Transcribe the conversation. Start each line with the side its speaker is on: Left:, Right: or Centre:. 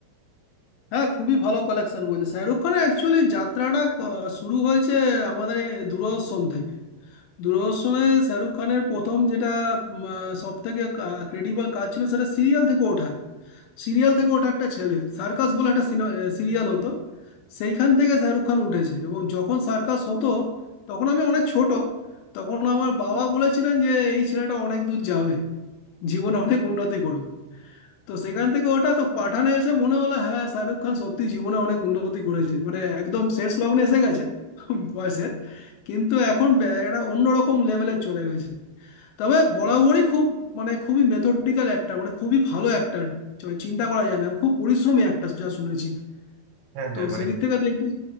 Left: হ্যাঁ খুবই ভালো কালেকশন করেছে শাহরুখ খানের অ্যাকচুয়ালি যাত্রাটা আহ, শুরু হয়েছে আমাদের এই দূরদর্শন থেকে দূরদর্শনে শাহরুখ খানের প্রথম যেটা সব থেকে ক্রেডিবল কাজ ছিল সেটা সিরিয়াল থেকে ওঠা সিরিয়াল থেকে ওঠা একটা ছেলে সার্কাস বলে একটা সিরিয়াল হতো সেইখান থেকে শাহরুখ খান উঠেছে এবং যখন সার্কাস হতো তখন আমি অনেক ছোট তখন আমার বাবা বলেছিলেন যে এই ছেলেটা অনেক দূর যাবে জীবনে অনেক উন্নতি করবে তো সেখান থেকে ওটা তো পাঠানে এসে মনে হলো হ্যাঁ শাহরুখ খান সত্যি জীবনে অনেক উন্নতি করেছে মানে একদম শেষ লগ্নে এসে গেছে বয়সের কিন্তু এখন ব্যা- একটা অন্যরকম লেভেলে চলে গেছে তবে বরাবরই খুব মানে খুবই মেথডিক্যাল অ্যাক্টর মানে খুবই ভালো অ্যাক্টর চিন্তা করা যায় না খুব পরিশ্রমী অ্যাক্টর যা শুনেছি
Right: হ্যাঁ হ্যাঁ
Left: তো
Right: মানে
Left: সেদিক থেকে দেখতে